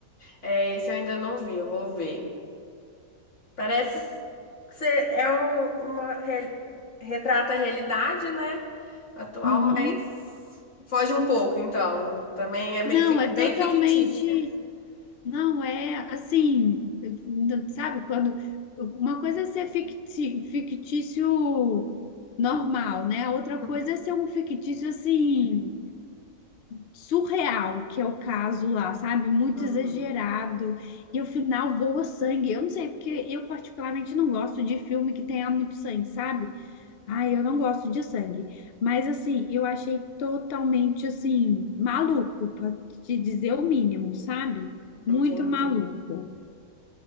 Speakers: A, on the left; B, on the left.
A: É, esse eu ainda não vi, eu vou ver. Parece ser é um, uma re- retrata a realidade, né? Atual,
B: Uhum.
A: mas foge um pouco, então. Também é meio
B: Não,
A: fic-
B: é
A: bem
B: totalmente
A: fictícia.
B: Não é assim, sabe, quando uma coisa é ser ficti- fictício normal, né? A Outra coisa
A: <laughs>
B: é ser um fictício assim surreal, que é o caso lá, sabe? Muito
A: Uhum,
B: exagerado e o final voa sangue. Eu não sei porque eu particularmente não gosto de filme que tenha muito sangue, sabe? Ai, eu não gosto de sangue, mas assim, eu achei totalmente assim maluco, pra te dizer o mínimo, sabe? Muito
A: entendi.
B: maluco.